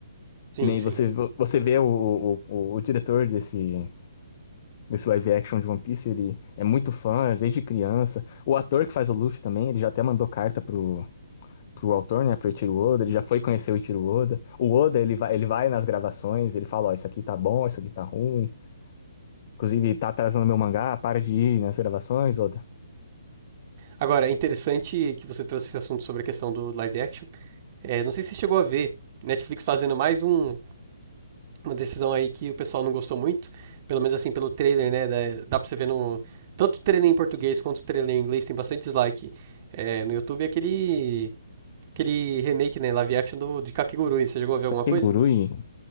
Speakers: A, on the right; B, on the left.
A: Sim,
B: Que nem
A: sim.
B: você, você vê o, o, o, o diretor desse, desse live action de One Piece, ele é muito fã é desde criança. O ator que faz o Luffy também, ele já até mandou carta pro, pro autor, né, pro Eiichiro Oda, ele já foi conhecer o Eiichiro Oda. O Oda, ele vai, ele vai nas gravações, ele fala, ó, isso aqui tá bom, isso aqui tá ruim. Inclusive, tá atrasando meu mangá, para de ir nas gravações, Oda.
A: Agora, é interessante que você trouxe esse assunto sobre a questão do live action. É, não sei se você chegou a ver. Netflix fazendo mais um, uma decisão aí que o pessoal não gostou muito, pelo menos assim pelo trailer, né? Da, dá pra você ver no. Tanto o trailer em português quanto o trailer em inglês tem bastante dislike é, no YouTube. É aquele, aquele remake, né? Live action do, de Kakegurui. Você chegou a ver alguma coisa?
B: Kegurui?